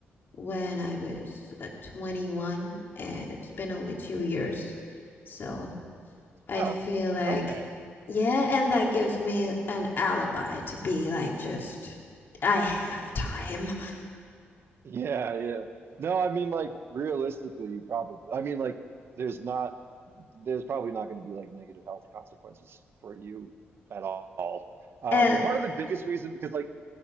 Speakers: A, on the left (about 50°); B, on the right (about 60°).
A: when I was uh, 21, and it's been only two years. So I
B: Oh,
A: feel like,
B: okay.
A: yeah, and that gives me an alibi to be like, just, I have time.
B: Yeah, yeah. No, I mean like realistically, you probably I mean like there's not there's probably not going to be like negative health consequences for you at all. Um,
A: And,
B: part of the biggest reason because like